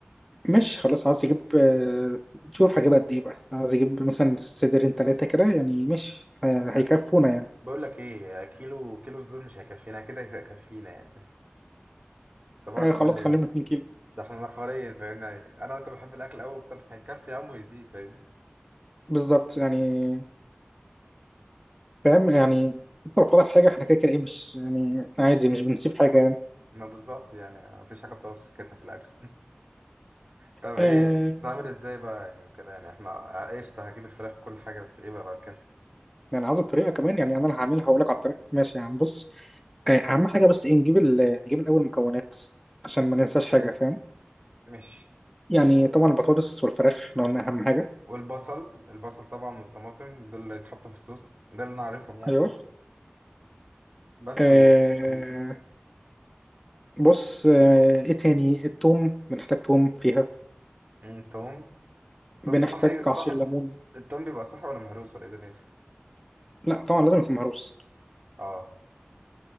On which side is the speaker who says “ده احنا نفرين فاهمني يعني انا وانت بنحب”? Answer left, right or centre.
Right